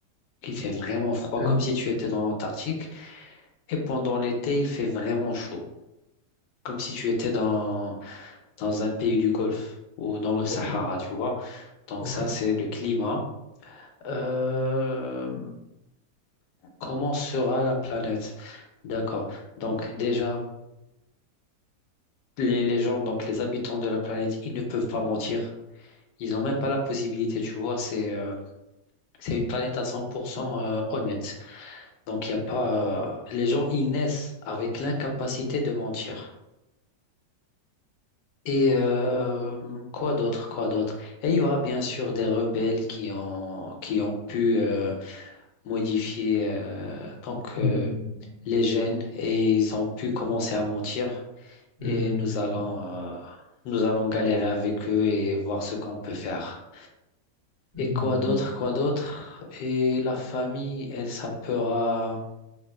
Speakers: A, on the left; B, on the left.
A: Il fait vraiment froid,
B: Ok,
A: comme si tu étais dans l'Antarctique. Et pendant l'été, il fait vraiment chaud, comme si tu étais dans, dans un pays du Golfe ou dans le Sahara,
B: ok,
A: tu vois. Donc
B: ok.
A: ça, c'est le climat. Euh, comment sera la planète? D'accord. Donc déjà, Les, les gens, donc les habitants de la planète, ils ne peuvent pas mentir. Ils n'ont même pas la possibilité, tu vois. C'est euh, c'est une planète à 100% euh, honnête. Donc, il y a pas. euh, les gens, ils naissent avec l'incapacité de mentir. Et euh, quoi d'autre, quoi d'autre? Et il y aura bien sûr des rebelles qui ont, qui ont pu euh, modifier euh, donc,
B: Hmm,
A: euh, les gènes et ils ont pu commencer à mentir.
B: hmm,
A: et nous allons, euh, nous allons galérer avec eux et voir ce qu'on peut faire.
B: hmm,
A: Et quoi d'autre, quoi d'autre? Et la famille, elle s'appellera,